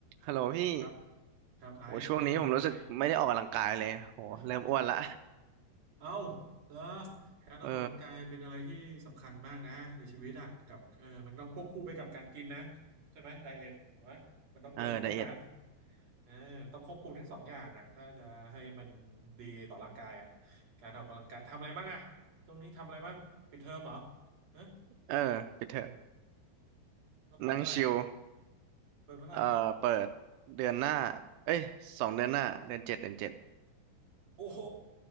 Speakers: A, on the right; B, on the right.
A: ฮัลโหลพี่
B: ครับครับไอซ์เออว่าไง
A: โอ้ช่วงนี้ผมรู้สึกไม่ได้ออกกำลังกายเลยโหเริ่มอ้วนละ
B: <laughs>
A: <laughs>
B: เอาเหรอการออกกำลังกายเป็นอะไรที่สำคัญมากนะในชีวิตอ่ะกับเออมันต้องควบคู่ไปกับการกินนะ
A: เออ
B: ใช่ไหมไดเอทถูกไหมมันต้องเดินคู่กัน
A: เออไดเอท
B: เออต้องควบคุมทั้งสองอย่างอ่ะถ้าจะให้มันดีต่อร่างกายอ่ะการออกกำลังกายทำอะไรบ้างอ่ะช่วงนี้ทำอะไรบ้างปิดเทอมเหรอเอ๊ะ
A: เออปิดเทอม
B: เราเปิดเมื่อไหร่
A: นั่งชิล
B: เปิดเมื่อไหร่
A: เอ่อเปิดเดือนหน้าเอ้ยสองเดือนหน้าเดือนเจ็ดเดือนเจ็ด
B: โอ้โห